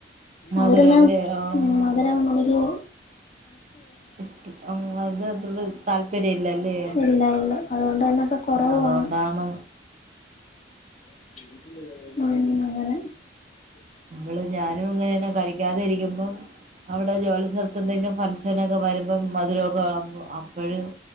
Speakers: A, on the right; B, on the left.
A: മധുരല്ലേ
B: അവരെല്ലാം
A: ആഹ്
B: മധുരം ഒരു
A: ഇഷ്ടി അതും അത്രേം ഒരു താൽ താല്പര്യം ഇല്ലല്ലേ
B: ഇല്ല ഇല്ല അതുകൊണ്ട് തന്നെ ഇപ്പം കുറവാണ്
A: ആഹ് അതുകൊണ്ടാണ്
B: ങ്ങ <inaudible>
A: നമ്മള് ഞാനും ഇങ്ങനെന്നെ കഴിക്കാതെ ഇരിക്കുമ്പോ അവിടെ ജോലി സ്ഥലത്ത് എന്തെങ്കിലും ഫംഗ്ഷനൊക്കെ വരുമ്പോ മധുരമൊക്കെ വിളമ്പും അപ്പോഴും